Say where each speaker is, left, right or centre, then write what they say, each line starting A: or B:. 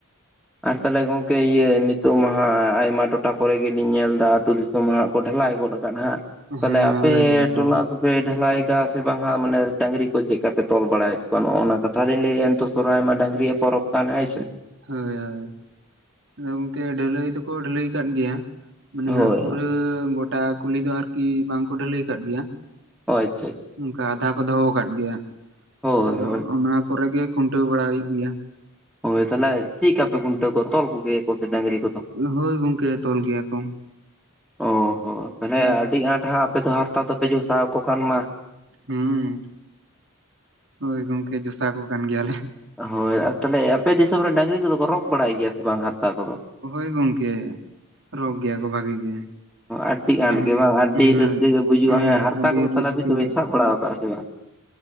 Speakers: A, in the centre; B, on the right (about 60°).
A: ᱟᱨ ᱛᱟᱦᱚᱞᱮ ᱜᱚᱝᱠᱮ ᱤᱭᱟᱹ ᱱᱤᱛᱚᱜ ᱢᱟᱦᱟᱸᱜ ᱟᱭᱢᱟ ᱴᱚᱴᱷᱟ ᱠᱚᱨᱮ ᱜᱮᱞᱤᱧ ᱧᱮᱞ ᱮᱫᱟ ᱟᱹᱛᱩ ᱫᱤᱥᱚᱢ ᱛᱟᱸᱜ ᱢᱟ ᱠᱚ ᱰᱷᱮᱞᱟᱭ ᱜᱚᱫ ᱠᱟᱜ ᱦᱟᱸᱜ
B: ᱦᱮᱸ
A: ᱛᱟᱦᱚᱞᱮ ᱟᱯᱮ
B: ᱦᱳᱭ ᱜᱚᱝᱠᱮ
A: ᱴᱚᱞᱟ ᱫᱚ ᱯᱮ ᱰᱷᱟᱞᱟᱭᱠᱟᱜ-ᱟ ᱥᱮ ᱵᱟᱝᱟ ᱢᱟᱱᱮ ᱰᱟᱝᱨᱤ ᱠᱚ ᱪᱮᱫ ᱞᱮᱠᱟ ᱯᱮ ᱛᱚᱞ ᱵᱟᱲᱟᱭᱮᱫ ᱠᱚᱣᱟ ᱱᱚᱜᱼᱚᱱᱟ ᱠᱟᱛᱷᱟ ᱛᱟᱦᱞᱟᱹᱭ ᱮᱱ ᱛᱚ ᱥᱚᱨᱦᱟᱭ ᱢᱟ ᱰᱟᱝᱨᱤ ᱯᱚᱨᱚᱵᱽ ᱠᱟᱱᱟ ᱦᱚᱭ ᱥᱮ
B: ᱦᱳᱭ ᱦᱳᱭ ᱟᱫᱚ ᱜᱚᱝᱠᱮ ᱰᱷᱟᱹᱞᱟᱹᱭ ᱫᱚᱠᱚ ᱰᱷᱟᱹᱞᱟᱹᱭ ᱟᱠᱟᱫ ᱜᱮᱭᱟ ᱢᱟᱱᱮ
A: ᱦᱳᱭ
B: ᱦᱟᱸᱜ ᱯᱩᱨᱟᱹ ᱜᱚᱴᱟ ᱠᱩᱞᱤ ᱫᱚ ᱟᱨᱠᱤ ᱵᱟᱝᱠᱚ ᱰᱷᱟᱹᱞᱟᱹᱭ ᱟᱠᱟᱫ ᱜᱮᱭᱟ᱾
A: ᱚ ᱟᱪᱪᱷᱟ
B: ᱚᱱᱠᱟ ᱟᱫᱷᱟ ᱠᱚ ᱫᱚᱦᱚ ᱟᱠᱟᱫ ᱜᱮᱭᱟ
A: ᱦᱳᱭ
B: ᱟᱫᱚ
A: ᱦᱳᱭ
B: ᱚᱱᱟ ᱠᱚᱨᱮ ᱜᱮ ᱠᱷᱩᱱᱴᱟᱹᱣ ᱵᱟᱲᱟ ᱦᱩᱭᱩᱜ ᱜᱮᱭᱟ᱾
A: ᱦᱳᱭ ᱛᱟᱦᱚᱞᱮ ᱪᱮᱫ ᱟᱯᱮ ᱠᱷᱩᱱᱴᱟᱹ ᱠᱚ ᱛᱚᱞ ᱠᱚᱜᱮᱭᱟ ᱠᱚ ᱰᱟᱝᱨᱤ ᱠᱚᱫᱚ
B: ᱦᱳᱭ ᱜᱚᱝᱠᱮ ᱛᱚᱞ ᱜᱮᱭᱟ ᱠᱚ᱾
A: ᱚ ᱦᱚᱸ ᱛᱟᱦᱚᱞᱮ
B: ᱦᱩᱸ
A: ᱟᱹᱰᱤ ᱟᱸᱴᱟᱸᱜ ᱟᱯᱮ ᱫᱚ ᱦᱟᱨᱛᱟ ᱫᱚᱯᱮ ᱡᱚᱥᱟᱣ ᱠᱚ ᱠᱟᱱ ᱢᱟ
B: ᱦᱮᱸ ᱦᱳᱭ ᱜᱚᱝᱠᱮ ᱡᱚᱥᱟᱣ ᱟᱠᱚ ᱠᱟᱱ ᱜᱮᱭᱟᱞᱮ᱾
A: ᱦᱳᱭ ᱟᱨ ᱛᱟᱦᱚᱞᱮ ᱟᱯᱮ ᱫᱤᱥᱚᱢ ᱨᱮ ᱰᱟᱹᱝᱨᱤ ᱠᱚᱫᱚ ᱠᱚ ᱨᱚᱜ ᱵᱟᱲᱟᱭ ᱜᱮᱭᱟ ᱥᱮ ᱵᱟᱝ ᱦᱟᱨᱛᱟ ᱠᱚᱫᱚ?
B: ᱦᱳᱭ ᱜᱚᱢᱠᱮ ᱨᱚᱜᱽ ᱜᱮᱭᱟ ᱠᱚ ᱵᱷᱟᱹᱜᱤ ᱜᱮ᱾
A: ᱟᱹᱰᱤ ᱟᱸᱴ
B: ᱦᱩᱸ
A: ᱜᱮ ᱵᱟᱝ ᱟᱹᱰᱤ
B: ᱦᱮᱸ
A: ᱨᱟᱹᱥᱠᱟᱹ ᱜᱮ ᱵᱩᱡᱩᱜᱼᱟ ᱦᱮᱸ ᱦᱟᱨᱛᱟ
B: ᱟᱹᱰᱤ
A: ᱠᱚᱫᱚ
B: ᱨᱟᱹᱥᱠᱟᱹ
A: ᱛᱟᱦᱞᱮ ᱟᱵᱤᱱ ᱫᱚᱵᱤᱱ
B: ᱜᱮ
A: ᱥᱟᱵ ᱵᱟᱲᱟ ᱟᱠᱟᱫᱼᱟ ᱥᱮ ᱵᱟᱝ?